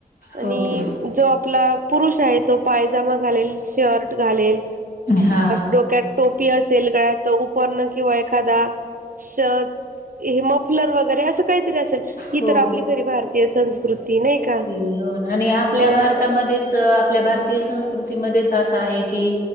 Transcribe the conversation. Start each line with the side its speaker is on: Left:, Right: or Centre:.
Right: आणि
Left: हो की
Right: जो आपला पुरुष आहे तो पायजामा घालेल, शर्ट घालेल,
Left: हा
Right: डोक्यात टोपी असेल. गळ्यात उपरणं किंवा एखादा शहद हे मफलर वगैरे असं काय तरी असेल ही
Left: हो
Right: तर आपली खरी भारतीय संस्कृती नाही का?
Left: ती हो ना आणि आपल्या
Right: हो
Left: भारतामध्येच आपल्या भारत तीय संस्कृतीमध्येच असा आहे की